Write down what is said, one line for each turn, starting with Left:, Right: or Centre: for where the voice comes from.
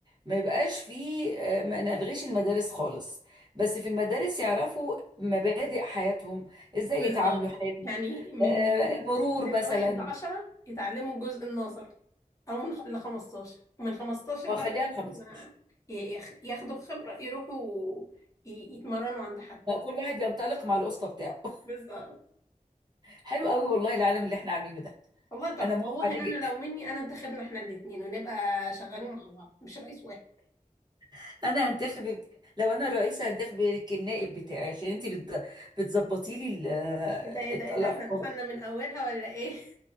Right: ما يبقاش فيه آه، ما نلغيش المدارس خالص بس في المدارس يعرفوا مبادئ حياتهم ازاي
Left: بالظبط
Right: يتعاملوا حلو
Left: يعني من
Right: آه،
Left: من
Right: المرور
Left: سن
Right: مثلا
Left: واحد لعشرة يتعلموا الجزء النظري أو من خ- لخمستاشر ومن خمستاشر
Right: آه،
Left: بقى
Right: خليها ال 15
Left: ما يخ- ياخدوا خبرة يروحوا ي- يتمرنوا عند حد
Right: لا، كل واحد ينطلق مع القسطه بتاعه <laughs>
Left: بالظبط
Right: حلو قوي والله العالم اللي احنا عاملينه ده
Left: والله تحفة
Right: انا موافقه
Left: والله
Right: عليه
Left: أنا
Right: جدا
Left: لو مني أنا انتخبنا احنا الاتنين ونبقى شغالين مع بعض مش رئيس واحد
Right: <laughs> انا هنتخب لو انا الرئيسه هنتخبك النائب بتاعي عشان انت بت... بتظبطي لي ال- آه،
Left: ايه ده ايه ده ايه ده
Right: الافكار
Left: احنا دخلنا من أولها ولا ايه؟